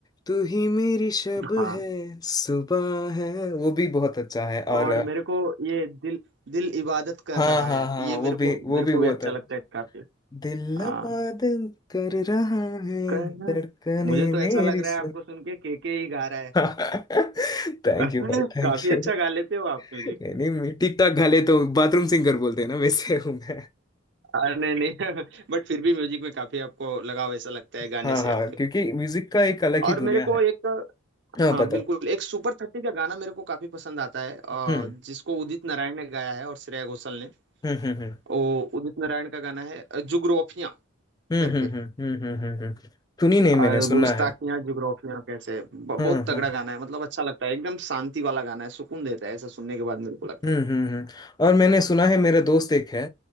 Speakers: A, on the left; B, on the right.
A: तू ही मेरी शब
B: हाँ
A: है सुबह है वो भी बहुत अच्छा है और
B: और
A: अ,
B: मेरे को ये दिल दिल इबादत कर
A: हाँ
B: रहा
A: हाँ
B: है
A: हाँ
B: ये
A: वो
B: मेरे
A: भी
B: को
A: वो
B: मेरे
A: भी
B: को
A: बहुत
B: भी अच्छा
A: अच्छा
B: लगता है काफी
A: दिल
B: हाँ
A: पागल कर रहा है
B: कहना
A: धड़कने
B: मुझे तो ऐसा
A: मेरी
B: लग रहा है
A: सुन
B: आपको सुन के केके ही गा रहा है
A: <laughs> थैंक
B: <laughs>
A: यू भाई थैंक
B: काफी
A: यू
B: अच्छा गा लेते हो आप म्यूजिक
A: नहीं नहीं मैं ठीक ठाक गा लेता हूँ बाथरूम सिंगर बोलते हैं ना वैसे हूँ मैं
B: अरे नहीं नहीं <laughs> बट फिर भी म्यूजिक में काफी आपको लगाव ऐसा लगता है
A: हाँ
B: गाने
A: हाँ
B: से आपके
A: क्योंकि म्यूजिक का एक अलग ही
B: और
A: दुनिया
B: मेरे को
A: है
B: एक
A: हाँ
B: हाँ
A: बताओ
B: बिल्कुल एक सुपर थर्टी का गाना मेरे को काफी पसंद आता है अ,
A: हम्म
B: जिसको उदित नारायण ने गाया है और श्रेया घोषाल ने
A: हम्म हम्म
B: वो उदित नारायण का गाना है अ, जुगरोफियाँ
A: हम्म
B: करके
A: हम्म हम्म हम्म हम्म हम्म, हम्म। हम्म, सुनी नहीं
B: अ,
A: मैंने सुना
B: गुस्ताखियां
A: है
B: जुगरोफियाँ कैसे ब-
A: हाँ
B: बहुत
A: हाँ
B: तगड़ा गाना है मतलब अच्छा लगता है एकदम शांति वाला गाना है सुकून देता है ऐसा सुनने के बाद मेरे को लगता
A: हम्म
B: है
A: हम्म हम्म। और मैंने सुना है मेरे दोस्त एक है